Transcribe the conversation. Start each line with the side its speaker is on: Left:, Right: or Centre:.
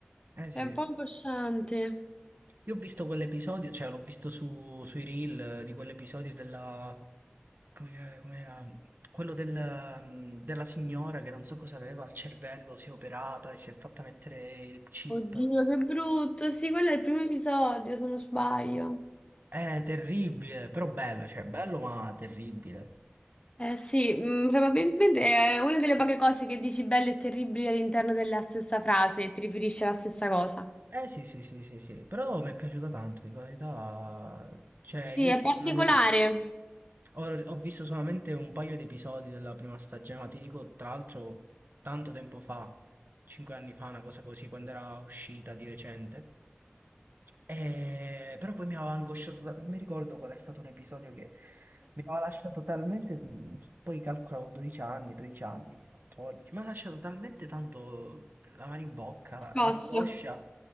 Right: Eh sì,
Left: È un po' angosciante.
Right: io ho visto quell'episodio, cioè l'ho visto su, sui reel eh, di quell'episodio della... Come, che- come era? Quello del, mm, della signora che non so cosa aveva al cervello, si è operata e si è fatta mettere il chip.
Left: Oddio, che brutto. Sì, quello è il primo episodio, se non sbaglio.
Right: È terribile, però bello, cioè bello ma terribile.
Left: Eh sì, mm, probabilmente è una delle poche cose che dici belle e terribili all'interno della stessa frase e ti riferisci alla stessa cosa.
Right: Eh sì, sì, sì, sì, sì, però mi è piaciuta tanto, dico la verità. Cioè,
Left: Sì,
Right: io
Left: è particolare.
Right: non l'ho... Ho, ho visto solamente un paio di episodi della prima stagione, ma ti dico, tra l'altro, tanto tempo fa, cinque anni fa, una cosa così, quando era uscita di recente. Eh, però poi mi aveva angosciato, ta- non mi ricordo qual è stato un episodio che mi aveva lasciato talmente, mh, poi calcolavo 12 anni, 13 anni, 14, mi ha lasciato talmente tanto la mano in bocca, la-
Left: Scosso.
Right: l'angoscia,